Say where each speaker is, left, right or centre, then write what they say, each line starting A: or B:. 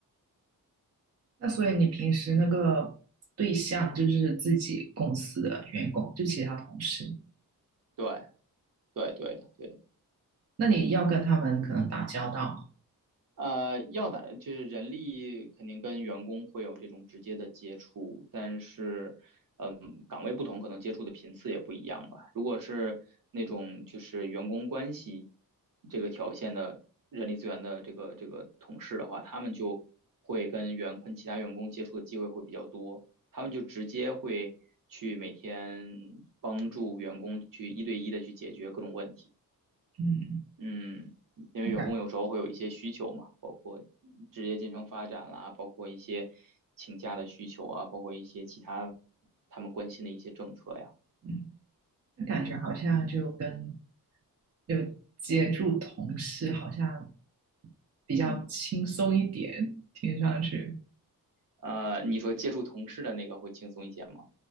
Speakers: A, on the right; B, on the right.
A: 那所以你平时那个对象就是自己公司的员工，就其他同事，
B: 对，对，对的，对的。
A: 那你要跟他们可能打交道吗
B: 呃，要的，就是人力肯定跟员工会有这种直接的接触，但是，嗯，岗位不同，可能接触的频次也不一样吧。如果是那种就是员工关系这个条线的人力资源的这个这个同事的话，他们就会跟员跟其他员工接触的机会会比较多，他们就直接会去每天帮助员工去一对一的去解决各种问题。
A: 嗯，
B: 嗯，因为员工有时候会有一些需求嘛。
A: 那感，
B: 职业进程发展啦，包括一些请假的需求啊，包括一些其他他们关心的一些政策呀。
A: 嗯，那感觉好像就跟
B: 嗯
A: 有接触同事好像比较轻松一点，
B: 嗯，
A: 听上去。
B: 呃，你说接触同事的那个会轻松一些吗？